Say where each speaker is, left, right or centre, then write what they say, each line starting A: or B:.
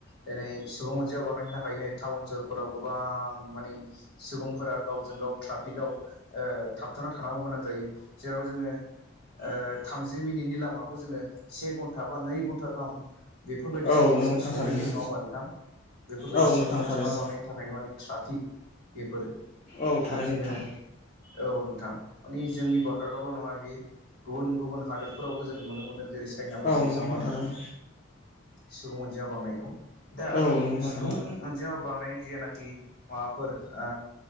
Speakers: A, on the left (about 50°); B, on the left (about 30°).
A: दिनै सुबुं अनजिमा बांनायनि थाखायनो टाउन सहरफोराव गोबां माने सुबुंफोरा गाव जों गाव ट्राफिकआव ओ थाब थाना थानांगौ गोनां जायो जेराव जोङो ओ थामजि मिनिटनि लामाखौ जोङो से घन्टा बा नै घन्टा गाहाम बेफोरबायदि
B: औ
A: समावसो
B: नंगौ
A: जों
B: नोंथां
A: सहैयो।
B: थारैनो
A: नङा होमबा नोंथां? बेफोरबायदि
B: औ
A: सुबुं
B: नंगौ नोंथां थारैनो औ नोंथां
A: अनजिमा
B: थारैनो
A: बांनायनि थाखायनो माने ट्राफिक बेफोरो
B: औ
A: दिनै
B: थारैनो
A: जोङो
B: नोंथां
A: औ नोंथां माने जोंनि भारतावल' नङा बियो गुबुन गुबुन हादोरफोरावबो जों नुनो मोनदों। जेरै चाइनाफोर
B: औ
A: बादि
B: नंगौ
A: नङा होमबा नोंथां?
B: थारैनो
A: सुबुं अनजिया बांनायखौ। दा
B: औ नंगौ नोंथां
A: सुबुं
B: थारैनो
A: अनजिमा बांनायनि जेना खि माबाफोर ओ